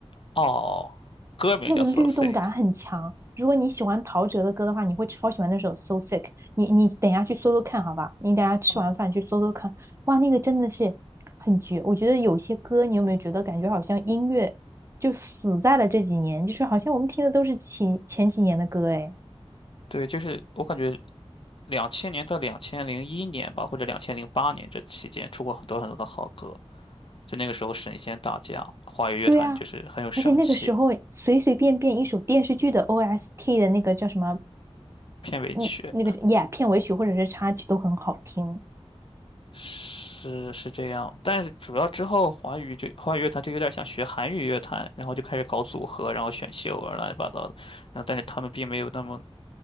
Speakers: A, on the left; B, on the right.
A: 哦，歌名叫
B: 那个律动感很强。
A: So Sick。
B: 如果你喜欢陶喆的歌的话，你会超喜欢那首《So Sick》。你你等一下去搜搜看，好吧？你等一下吃完饭去搜搜看。
A: 哦，
B: 哇，那个真的是很绝。我觉得有些歌，你有没有觉得感觉好像音乐就死在了这几年？就是好像我们听的都是前前几年的歌，哎，
A: 对，就是我感觉两千年到两千零一年吧，或者两千零八年这期间出过很多很多的好歌。就那个时候神仙打架，华语乐团就是很有生气，
B: 对呀、而且那个时候随随便便一首电视剧的 OST 的那个叫什么，
A: 片尾曲
B: 嗯，那个 Yeah 片尾曲或者是插曲都很好听。
A: 是是这样，但是主要之后华语就华语乐团就有点想学韩语乐团，然后就开始搞组合，然后选秀啊乱七八糟的，然后但是他们并没有那么